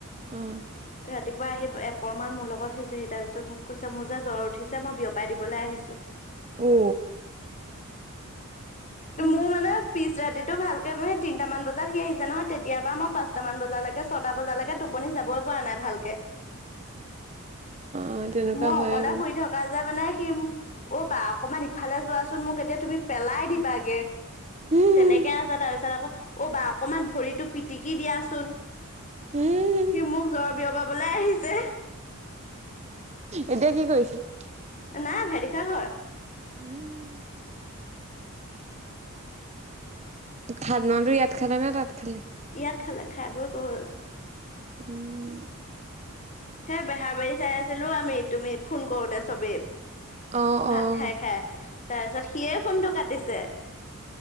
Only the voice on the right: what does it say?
অ
অ অ
অ তেনেকুৱা
হয়
বাৰু
উম
উম
এতিয়া কি কৰিছে?
উম' খানা টো ইয়াত খালে, নে তাত খালে?
উম'
অ'
অ'